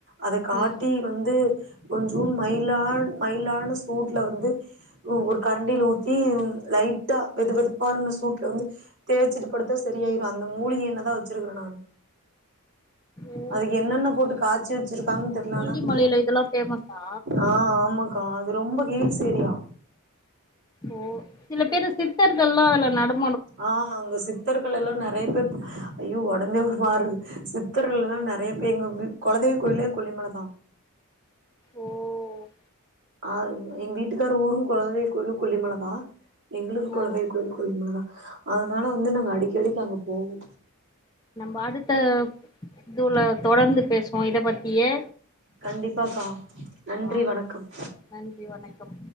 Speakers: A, on the right; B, on the left.
A: அத காட்டி
B: ம்
A: வந்து கொஞ்சும் மயிலான் மயிலான சூட்ல வந்து ஒ ஒரு கரண்டியில ஊத்தி லைட்டா வெது வெதுப்பாந்த சூட்ல வந்து தேய்ச்சுட்டு படுத்தா செரியாயிரு அந்த மூலிக எண்ணெதா வெச்சுருக்க நானு
B: ஓ
A: அதுக்கு என்னென்ன போட்டு காய்ச்சி வெச்சிருக்காங்கன் தெர்ல
B: கொல்லிமலையில
A: அனா
B: இதெல்லா ஃபேமஸா
A: ஆஹ் ஆம்மாக்கா அது ரொம்ப ஹீல்ஸ் எரியா
B: ஓ சில பேரு சித்தர்கல்லா அதுல நடப்
A: ஆஹ் அங்கு சித்தர்கள்லெல்லா நெறைய பேர் ஐயோ ஒடம்பே மாறுது சித்திர்கள்ளா நெறைய பேர் எங்கு கொலதெய் கோயிலே கொல்லிமலதா
B: ஓஹ்
A: ஆவ் எங்கு வீட்டுக்காரு ஊரு கொலதெய் கோயிலு கொல்லிமலதா எங்குளுக்கு
B: ஆ
A: கொலதெய்வ கோயில் கொல்லிமலதா அதுனால வந்து நாங்க அடிக்கடிக் அங்க போவோம்
B: வாடுத்த இதுல தொடந்து பேசுவோ இத பத்தியே
A: கண்டிப்பாக்கா நன்றி
B: ஆ
A: வணக்கம்
B: நன்றி வணக்கம்